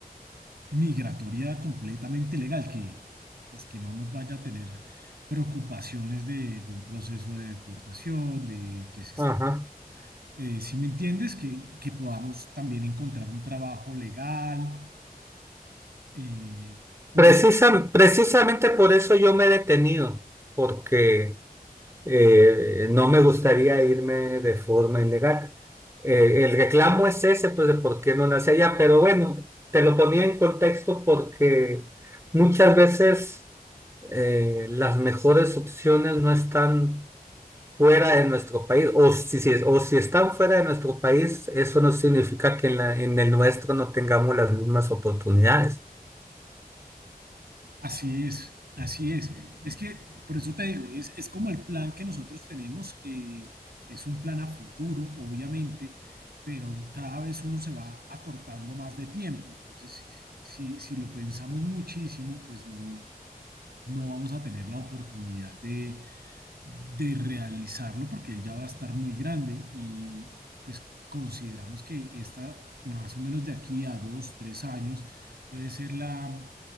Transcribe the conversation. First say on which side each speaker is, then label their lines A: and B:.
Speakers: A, on the right (about 85°); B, on the right (about 15°).
A: migratoria completamente legal, que, pues, que no nos vaya a tener preocupaciones de, de un proceso de deportación, de que se está...
B: ajá.
A: eh, si me entiendes, que, que podamos también encontrar un trabajo legal. eh, por
B: Precisa- precisamente por eso yo me he detenido, porque eh, no me gustaría irme de forma ilegal. Eh, el reclamo es ese, pues de por qué no nace allá, pero bueno, te lo ponía en contexto porque muchas veces eh, las mejores opciones no están fuera de nuestro país, o si, si- o si están fuera de nuestro país, eso no significa que en la- en el nuestro no tengamos las mismas oportunidades.
A: Así es, así es. Es que, por eso te digo, es, es como el plan que nosotros tenemos, eh, es un plan a futuro, obviamente, pero cada vez uno se va acortando más de tiempo. Entonces, si, si lo pensamos muchísimo, pues no, no vamos a tener la oportunidad de realizarlo porque él ya va a estar muy grande y pues consideramos que esta más o menos de aquí a dos, tres años puede ser la,